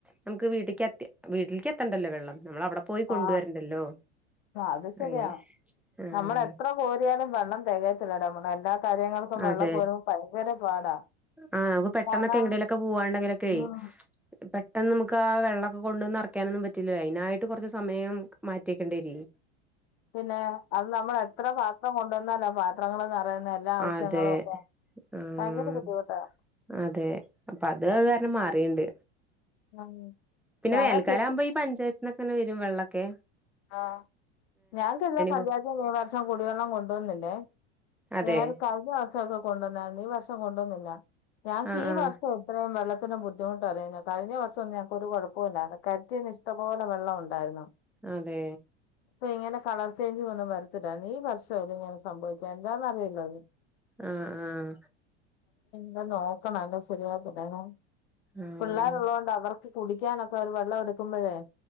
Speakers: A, in the centre; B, on the left.
A: നമുക്ക് വീട്ടിക്ക് എത്തി വീട്ടിലേക്ക് എത്തണ്ടല്ലോ വെള്ളം നമ്മൾ അവിടെ പോയി കൊണ്ടുവരണ്ടല്ലോ
B: ആ അത് ശരിയാണ്
A: അങ്ങനെ ആഹ്
B: നമ്മൾ എത്ര കോരിയാലും വെള്ളം തികയത്തില്ലടോ നമ്മ എല്ലാ കാര്യങ്ങൾക്കും
A: അതെ
B: വെള്ളം പോരുമ്പോൾ ഭയങ്കര പാടാ
A: ആഹ് നമുക്ക് പെട്ടെന്നൊക്കെ
B: കാരണം
A: എങ്ങട്ടെങ്കിലൊക്കെ പോവാണ്ടെങ്കിലൊക്കെ
B: ഉം
A: പെട്ടെന്ന് നമുക്ക് ആ വെള്ളമൊക്കെ കൊണ്ടുവന്ന് നെറക്കാനൊന്നും പറ്റില്ല അതിനായിട്ട് കുറച്ച് സമയം മാറ്റി വെക്കണ്ടര്യ
B: പിന്നെ അത് നമ്മൾ എത്ര പാത്രം കൊണ്ടോന്നാലാ പാത്രങ്ങൾ നിറയുന്നേ എല്ല ആവശ്യങ്ങളും
A: അതെ
B: ഒക്കെ
A: ആഹ്
B: ഭയങ്കര ബുദ്ധിമുട്ടാ
A: അതെ അപ്പ അത് കാരണം മാറിണ്ട്
B: <unintelligible>
A: പിന്നെ
B: ഞങ്ങൾക്ക്
A: വേൽക്കാലാവുമ്പോ ഈ പഞ്ചായത്തിന്നൊക്കെ വരും വെള്ള ഓക്കെ
B: ആ ഞാൻ ക്കിള്ള പഞ്ചായത്ത്
A: പോ
B: ഈ വർഷം കുടിവെള്ളം കൊണ്ടോന്നില്ലേ
A: അതെ
B: നേരെ കഴിഞ്ഞ വർഷംക്കെ കൊണ്ടോന്നായിരുന്നു ഈ വർഷം ഇപ്പ കൊണ്ടോന്നില്ല ഞാൻക്ക്
A: ആഹ്
B: ഈ
A: ആഹ്
B: വർഷം ഇത്രയും വെള്ള ത്തിനും ബുദ്ധിമുട്ട് അറിയുന്ന കഴിഞ്ഞ വർഷന്നുംഞങ്ങൾക്ക് ഒരു കുഴപ്പല്ലാരുന്നു കെൻറ്റീന്ന് ഇഷ്പോലെ വെള്ളംണ്ടായിരുന്നു.
A: അതെ
B: ഇപ്പൊ ഇങ്ങനെ കളർചേഞ്ച് ഒന്നും വരത്തില്ല ഈ വർഷ ഇങ്ങനെ സംഭവിച്ചാ എഎന്താന്നറിയില്ല ഇനി
A: ആഹ ആഹ
B: എന്നെ നോക്കണം ശരിയാവാത്തി ല്ല
A: ആഹ്
B: പിള്ളാര്‌ ഉള്ളതുകൊണ്ട് അവർക്ക് - കുടിക്കാനൊക്കെ അവര് വെള്ളം എടുക്കുമ്പഴേ-